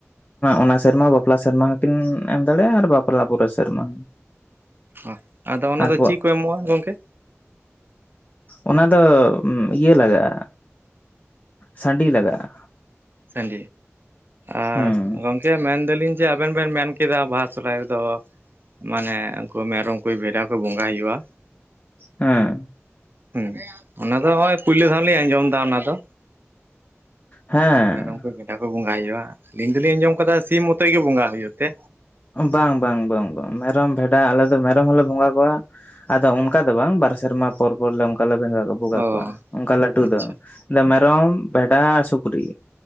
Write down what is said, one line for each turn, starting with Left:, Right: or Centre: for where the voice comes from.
Left: ᱚᱱᱟ ᱥᱮᱨᱢᱟ ᱵᱟᱯᱞᱟ ᱥᱮᱨᱢᱟ ᱦᱚᱸᱠᱤᱱ ᱮᱢ ᱫᱟᱲᱮᱭᱟᱜᱼᱟ ᱟᱨ ᱵᱟᱯᱞᱟ ᱵᱟᱹ ᱥᱮᱨᱢᱟ
Right: ᱦ ᱟᱫᱚ ᱚᱱᱟ
Left: ᱟᱨ
Right: ᱫᱚ ᱪᱮᱫ ᱠᱚ ᱮᱢᱚᱜᱼᱟ ᱜᱚᱢᱠᱮ
Left: ᱚᱱᱟ ᱫᱚ ᱤᱭᱟᱹ ᱞᱟᱜᱟᱜᱼᱟ ᱥᱟᱺᱰᱤ ᱞᱟᱜᱟᱜᱼᱟ
Right: ᱥᱟᱺᱜ ᱟᱨ
Left: ᱦᱩᱸ
Right: ᱜᱚᱝᱠᱮ ᱢᱮᱱᱫᱟᱞᱤᱧ ᱡᱮ ᱟᱵᱮᱱ ᱵᱮᱱ ᱢᱮᱱ ᱠᱮᱫᱟ ᱵᱟᱦᱟ ᱥᱚᱦᱦᱟᱭ ᱨᱮᱫᱚ ᱢᱟᱱᱮ ᱩᱱᱠᱩ ᱢᱮᱨᱚᱢ ᱠᱚ ᱵᱷᱮᱰᱟ ᱠᱚ ᱵᱚᱸᱜᱟᱟᱭ ᱦᱩᱭᱩᱜᱼᱟ
Left: ᱦᱮᱸ
Right: ᱦᱮᱸ ᱚᱱᱟ ᱫᱚ ᱱᱚᱜᱼᱚᱭ ᱯᱳᱭᱞᱳ ᱫᱷᱟᱣ ᱞᱤᱧ ᱟᱸᱡᱚᱢ ᱮᱫᱟ ᱚᱱᱟ ᱫᱚ
Left: ᱦᱮᱸ
Right: ᱡᱮ ᱢᱮᱨᱚᱢ ᱠᱚ ᱜᱮᱰᱟ ᱠᱚ ᱵᱚᱸᱜᱟ ᱦᱩᱭᱩᱜᱼᱟ ᱟᱞᱤᱧ ᱫᱚᱞᱤᱧ ᱟᱸᱡᱚᱢ ᱟᱠᱟᱫᱟ ᱥᱤᱢ ᱢᱚᱛᱚᱡ ᱜᱮ ᱵᱚᱸᱜᱟ ᱦᱩᱭᱩᱜ ᱛᱮ
Left: ᱵᱟᱝ ᱵᱟᱝ ᱵᱟᱝ ᱵᱟᱝ ᱢᱮᱨᱚᱢ ᱵᱷᱮᱰᱟ ᱟᱞᱮ ᱫᱚ ᱢᱮᱨᱚᱢ ᱦᱚᱸᱞᱮ ᱵᱚᱸᱜᱟ ᱠᱚᱣᱟ ᱟᱫᱚ ᱚᱱᱠᱟ ᱫᱚ ᱵᱟᱝ ᱟᱨ ᱥᱮᱨᱢᱟ ᱯᱚᱨᱚᱨ ᱞᱮ ᱚᱱᱠᱟ ᱞᱮ ᱵᱮᱸᱜᱟ ᱟᱹᱵᱩ ᱠᱟᱠᱚᱣᱟ
Right: ᱚ
Left: ᱚᱱᱠᱟ ᱞᱟᱹᱴᱩ
Right: ᱟᱪᱪᱷᱟ
Left: ᱫᱚ ᱢᱮᱨᱚᱢ ᱵᱷᱰᱟ ᱥᱩᱠᱨᱤ